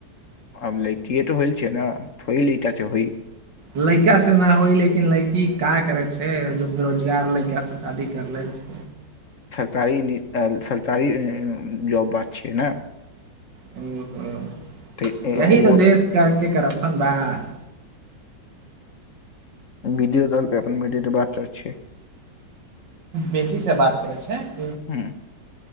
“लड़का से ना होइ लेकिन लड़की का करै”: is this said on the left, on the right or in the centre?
Right